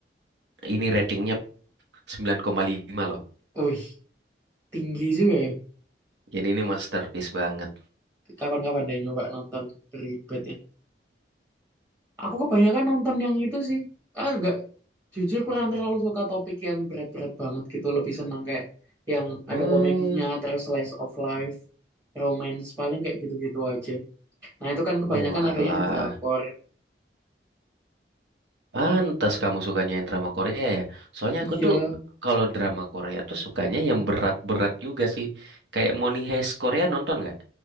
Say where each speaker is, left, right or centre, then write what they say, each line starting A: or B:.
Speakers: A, on the right (about 85°); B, on the right (about 20°).
A: ini ratingnya 9,5 loh.
B: Wih, tinggi juga ya.
A: Jadi ini masterpiece banget.
B: Kapan-kapan deh nyoba nonton Breaking Bad ini. Aku kebanyakan nonton yang itu sih. Ah, enggak, jujur kurang terlalu suka topik yang berat-berat banget gitu. Lebih senang kayak yang
A: Oh,
B: ada komedinya, terus slice of life, romance, paling kayak gitu-gitu aja. Nah, itu kan kebanyakan
A: walah.
B: adanya di drakor.
A: Pantas kamu sukanya yang drama Korea ya. Soalnya
B: Iya,
A: aku tuh kalau drama Korea tuh sukanya yang berat-berat juga sih. Kayak Money Heist Korea nonton nggak?